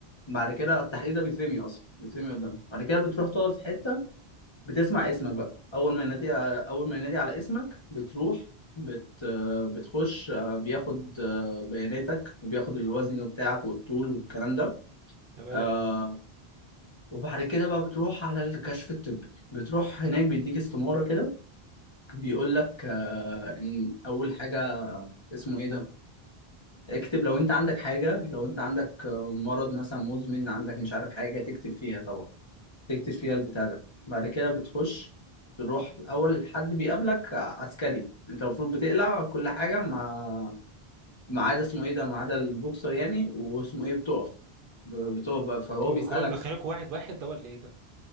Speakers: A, on the left (about 30°); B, on the right (about 60°).
A: بعد كده التحليل ده بيترمي اصلا بيترمي قدامك بعد كده بتروح تقعد في حته بتسمع اسمك بقى اول ما ينادي اول ما ينادي على اسمك بتروح بت... آه، بتخش آه، بياخد آه، بياناتك وبياخد الوزن بتاعك والطول والكلام ده
B: تمام
A: آه وبعد كده بقى بتروح على الكشف الطبي بتروح هناك بيديك استمارة كده بيقول لك آه ان اول حاجة اسمه ايه ده اكتب لو انت عندك حاجة لو انت عندك آه، مرض مثلا مزمن عندك مش عارف حاجة تكتب فيها طبعا تكتب فيها البتاع ده بعد كده بتخش تروح اول حد بيقابلك عسكري انت المفروض بتقلع كل حاجة ما ما عدا اسمه ايه ده ما عدا البوكسر يعني واسمه ايه بتقف بتقف بقى فهو
B: هو
A: بيسألك
B: بيكونوا مدخلينكوا واحد واحد ده ولا ايه ده